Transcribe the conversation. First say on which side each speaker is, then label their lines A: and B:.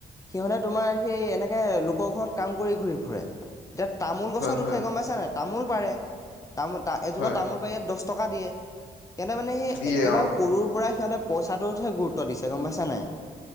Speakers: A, on the left; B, on the left.
A: সিহঁতে তোমাৰ সেই এনেকে লোকৰ ঘৰত কাম কৰি ঘূৰি ফুৰে। এতিয়া তামোল গছত
B: হয় হয় হয়
A: উঠে গম পাইছা নাই? তামোল পাৰে। তামোল তা এজোপা
B: হয়
A: তামোল ক'ব ইয়াৰ দহটকা দিয়ে। সেইকাৰণে মানে হেই
B: দিয়ে
A: একেবাৰে
B: অ
A: সৰুৰপৰা সিঁহতে পইচাটো টোতহে গুৰুত্ব দিছে গ'ম পাইছা নাই?